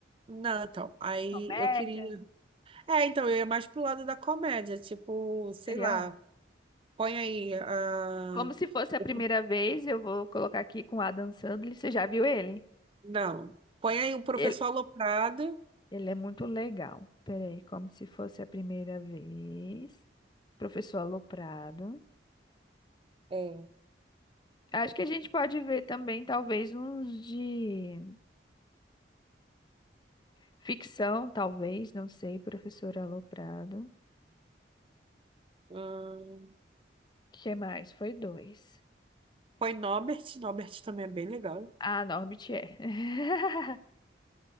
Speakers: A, on the right; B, on the left.
A: Não, então. Aí
B: Comédia,
A: eu queria. É, então, eu ia mais pro lado da comédia, tipo, sei
B: serial?
A: lá, põe aí a...
B: Como se fosse a
A: o...
B: primeira vez, eu vou colocar aqui com Adam Sandler. Você já viu ele?
A: Não, põe aí o Professor
B: Ele,
A: Aloprado,
B: ele é muito legal. Peraí, como se fosse a primeira vez. Professor Aloprado.
A: é.
B: Acho que a gente pode ver também, talvez, uns de. Ficção, talvez, não sei, professor Aloprado.
A: hum,
B: que mais? Foi dois.
A: põe Norbert, Norbert também é bem legal.
B: Ah, Norbit é. <laughs>